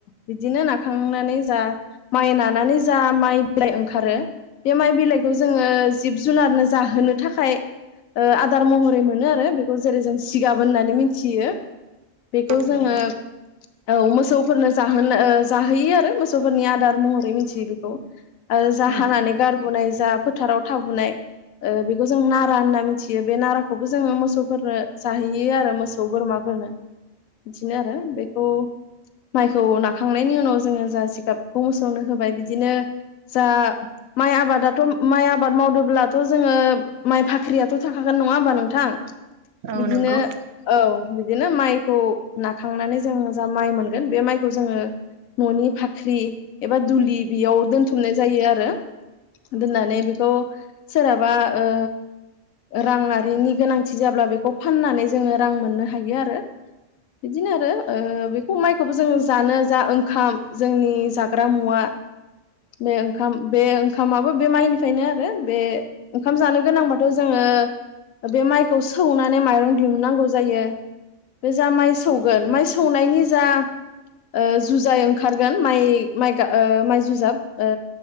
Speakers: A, on the left; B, on the right.
A: बिदिनो नाखांनानै जा माइ नानानै जा माइ बिलाइ ओंखारो बे माइ बिलाइखौ जोङो जिब जुनारनो जाहोनो थाखाय ओ आदार महरै मोनो आरो बेखौ जेरै जों जिगाब होननानै मिथियो बेखौ
B: औ नंगौ
A: जोङो औ मोसौफोरनो जाहोनो जाहैयो आरो मोसौफोरनि आदार महरै मिथियो बेखौ आरो
B: उम
A: हानानै गारबोनाय जा फोथाराव थाबोनाय औ बेखौ जों नारा होनना मिथियो बे नाराखौबो जोङो मोसौफोरनो जाहैयो आरो मोसौ बोरमाफोरनो बिदिनो आरो बेखौ माइखौ नाखांनायनि उनाव जोङो जा जिगाबखौ मोसौनो होबाय बिदिनो जा माइ आबादाथ' माइ आबाद मावदोंब्लाथ' जोङो माइ फाख्रियाथ' थाखागोन नङा होमबा नोंथां
B: औ
A: बिदिनो
B: नंगौ
A: औ बिदिनो माइखौ नाखांनानै जों जा माइ मोनगोन बे माइखौ जोङो न'नि भाख्रि एबा दुलि बेयाव दोनथुमनाय जायो आरो दोननानै बेखौ सोरहाबा ओ रांआङिनि गोनांथि जाब्ला बेखौ फाननानै जोङो रां मोननो हायो आरो बिदिनो आरो ओ बेखौ माइखौबो जों जानो जा ओंखाम जोंनि जाग्रा मुवा बे ओंखाम बे ओंखामाबो बे माइनिफ्रायनो आरो बे ओंखाम जानो गोनांबाथ' जोङो बे माइखौ सौनानै माइरं दिहुननांगौ जायो बे जा माइ सौगोन माइ सौनायनि जा ओ जुजाय ओंखारगोन माइ माइगाब ओ माइ जुजाब ओ